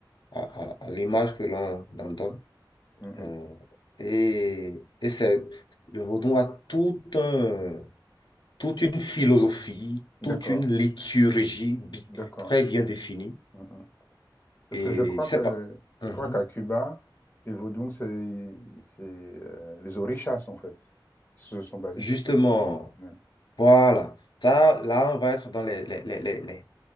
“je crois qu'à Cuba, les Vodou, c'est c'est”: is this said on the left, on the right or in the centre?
Left